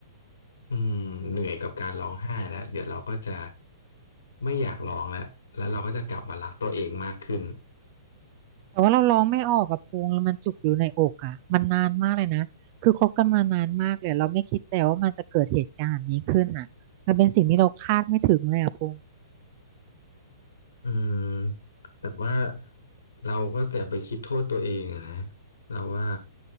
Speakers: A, on the left; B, on the right.
A: อืมเหนื่อยกับการร้องไห้แล้วเดี๋ยวเราก็จะไม่อยากร้องแล้วแล้วเราก็จะกลับมารักตัวเองมากขึ้น
B: แต่ว่าเราร้องไม่ออกกับพงแล้วมันจุกอยู่ในอกอ่ะมันนานมากเลยนะคือคบกันมานานมากเลยเราไม่คิดเลยว่ามันจะเกิดเหตุการณ์แบบนี้ขึ้นอ่ะมันเป็นสิ่งที่เราคาดไม่ถึงเลยอ่ะพง
A: อืมแต่ว่าเราก็แต่าไปคิดโทษตัวเองอะนะเราว่า